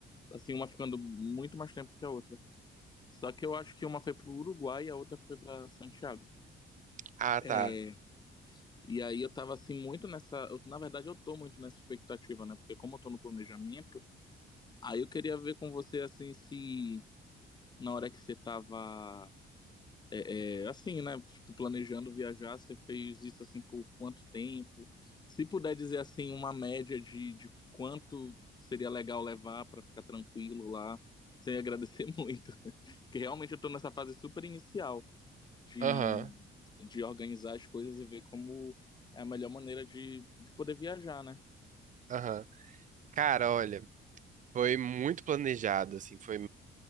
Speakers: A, on the left; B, on the right.
A: assim, uma ficando muito mais tempo que a outra. Só que eu acho que uma foi pro Uruguai e a outra foi para Santiago.
B: Ah, tá.
A: É, e aí eu tava, assim, muito nessa... eu- na verdade, eu tô muito nessa expectativa, né? Porque como eu tô no planejamento, aí eu queria ver com você, assim, se na hora que você tava É, é, assim, né? Tipo, planejando viajar, você fez isso assim por quanto tempo? Se puder dizer assim, uma média de, de quanto seria legal levar para ficar tranquilo lá, sem agradecer <laughs> muito. Porque realmente eu tô nessa fase super inicial de,
B: Aham,
A: de organizar as coisas e ver como é a melhor maneira de, de poder viajar, né?
B: aham. Cara, olha, foi muito planejado, assim, foi.